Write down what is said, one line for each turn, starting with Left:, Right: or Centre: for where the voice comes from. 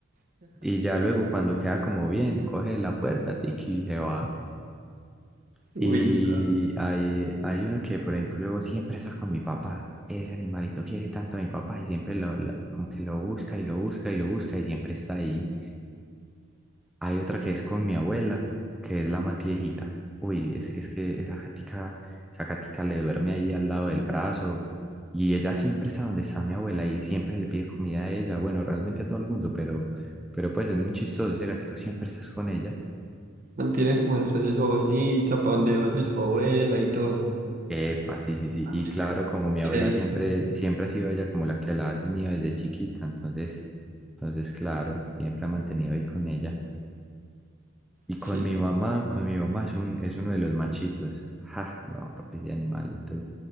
Centre: y ya luego cuando queda como bien, coge la puerta, tiki, y se va. Y
Right: Uy,
Centre: hay, hay uno que, por ejemplo, siempre está con mi papá. Ese animalito quiere tanto a mi papá y siempre lo, lo- como que lo busca y lo busca y lo busca y siempre está ahí. Hay otra que es con mi abuela, que es la más viejita. Uy, es, es que esa gatica, esa gatica le duerme ahí al lado del brazo y ella siempre está donde está mi abuela y siempre le pide comida a ella. Bueno, realmente a todo el mundo, pero, pero pues es muy chistoso. Ese gatico siempre estás con ella.
Right: mantiene como detrás de su abuelita, para donde vaya su abuela y todo.
Centre: Epa, sí, sí, sí.
Right: Así
Centre: Y claro,
Right: se le
Centre: como mi abuela
Right: le digo.
Centre: siempre, siempre ha sido ella como la que la ha tenido desde chiquita, entonces, entonces, claro, siempre ha mantenido ahí con ella. Y con
Right: Sí,
Centre: mi mamá, con mi mamá es un, es uno de los machitos. Ja, no, papi, ese animalito.